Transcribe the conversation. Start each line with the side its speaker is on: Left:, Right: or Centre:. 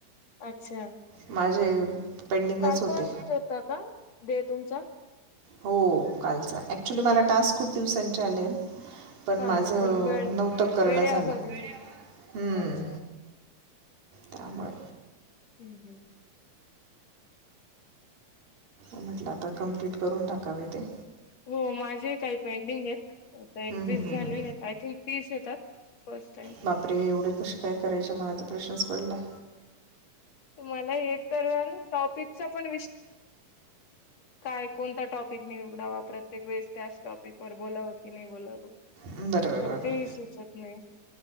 Left: अच्छा.
Right: माझे पेंडिंगच
Left: काल
Right: होते
Left: फर्स्ट होता का डे तुमचा.
Right: हो कालचा, अऍक्च्युली मला टास्क खूप दिवसांचे आलेत. पण
Left: हा
Right: माझ
Left: हा
Right: नव्हत
Left: पण वेळ
Right: करण
Left: वेळेअभावी
Right: झाल.
Left: होते.
Right: हम्म
Left: अच्छा
Right: त्याामुळे
Left: हम्म हम्म
Right: म्हट आता कम्प्लीट करून टाकावे ते.
Left: हो माझे काही पेंडिंग आहेत. आता एकवीस
Right: हम्म, हम्म,
Left: झालेले
Right: हम्म.
Left: आहेत. आय थिंक तीस येतात. फस्ट टाईम
Right: बापरे एवढे कसे काय करायचे, मला तर प्रश्नच पडलाय.
Left: मला एक तर टॉपिकचा पण काय कोणता टॉपिक निवडावा प्रत्येक वेळेस, त्याच टॉपिक वर बोलावं की नाही बोलावं.
Right: बरं बरं
Left: तर
Right: बरं
Left: तेही सुचत नाही.